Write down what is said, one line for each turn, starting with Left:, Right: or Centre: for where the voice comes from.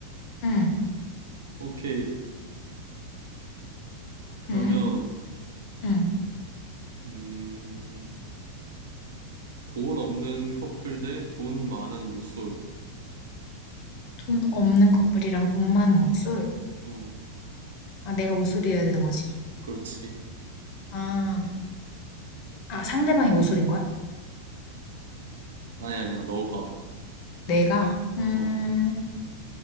Left: 응,
Right: 오케이. 그러면,
Left: 응, 응.
Right: 음, 돈 없는 커플 대 돈 많은 모쏠.
Left: 돈 없는 커플이랑 돈 많은 모쏠.
Right: 어,
Left: 아, 내가 모쏠이어야 되는 거지.
Right: 그렇지.
Left: 아, 아, 상대방이 모쏠인 거야?
Right: 아니, 아니야, 너가.
Left: 내가? 음,
Right: 어,